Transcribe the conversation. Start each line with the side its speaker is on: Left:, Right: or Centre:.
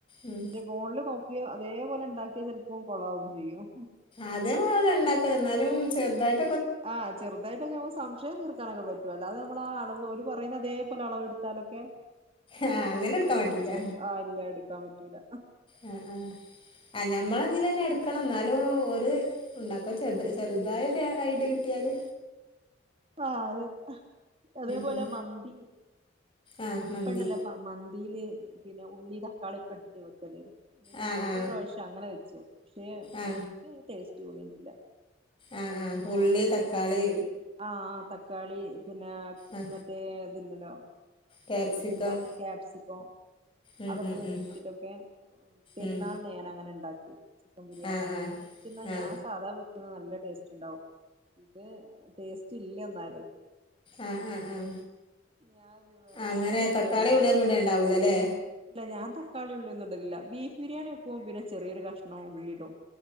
Left: ഉം.
Right: ഫോണില് നോ അതേപോലെ ഉണ്ടാക്കിയാ ചെലപ്പം കൊളാവും ചെയ്യും
Left: ആദ്യം അള ഉണ്ടാക്കല എന്നാലും ചെറുതായിട്ട്
Right: ആഹ് ചെറുതായിട്ടൊക്കെ നമ്മു സംശയം തീർക്കാനൊക്കെ പറ്റും അല്ലാതെ നമ്മള ആ അളവ് പറയുന്ന അതേപലെ അളവ്ടു താലൊക്കെ
Left: ആ അങ്ങനെ എടുക്കാൻ
Right: ആ
Left: പറ്റൂല
Right: ചരി ആ ഇല്ല എടുക്ക ക്കാൻ പറ്റൂല്ല
Left: ആ ആ ആ ഞമ്മൾ അതിൽന്നെ എടുക്കണം ന്നാലും ഒരു ഉണ്ടാക്കോ ചെറു ചെറുതായ ഐഡിയ കിട്ടിയാല്
Right: ആ അതെ അതേപോലെ
Left: ഉം
Right: മന്തി
Left: ആ
Right: ഇപ്പ
Left: മന്തി
Right: ഇണ്ടല്ലേ മ ഇയില് പിന്നെ ഉള്ളി തക്കാളിയൊക്കെ ഇട്ടിട്ട് വെക്കല്
Left: ആ
Right: ഞാനൊരു
Left: ആ
Right: പ്രാവശ്യം അങ്ങനെ വെച്ചു പക്ഷെ
Left: ആ
Right: എനക്ക് ടേസ്റ്റ് തോന്നിയിട്ടില്ല
Left: ആ ആ
Right: ഞാന്
Left: ഉള്ളി തക്കാളി
Right: ആ തക്കാളി പിന്നെ
Left: ആ
Right: മറ്റേ ത്ണ്ടല്ലോ
Left: ക്യാപ്സിക്കം
Right: എന്താണ് ക്യാപ്സിക്കം
Left: ഉം
Right: അതൊക്കെ
Left: ഉം
Right: നുറുക്കിയിട്ടട്ടൊക്കെ
Left: ഉം
Right: പെരുന്നാൾനേ
Left: ഉം
Right: അങ്ങനെ ഇണ്ടാക്കി ബിരിയാണി
Left: ആ
Right: പക്ഷെ
Left: ആ
Right: എനിക്കിന്ന് ഞാൻ
Left: ആ
Right: സാധാ വെക്ക നല്ല ടേസ്റ്റ് ട്ട്ണ്ടാവും ഇത് ടേസ്റ്റ് ഇമാ
Left: ആഹ ആഹ ആഹ
Right: ഞാൻ വേണ്ടില്ലായിരുന്നു
Left: അങ്ങനെ തക്കാളി ഉള്ളിയൊന്നും ഇണ്ട് ഉണ്ടാവൂലല്ലേ
Right: ഇല്ല ഞാൻ തക്കാളി ഉള്ളയൊന്നിടില്ല ബീഫ് ബിരിണിവെക്കും പിനെ ചെറിയൊരു കഷ് ഉണോ ഉള്ളി ദോ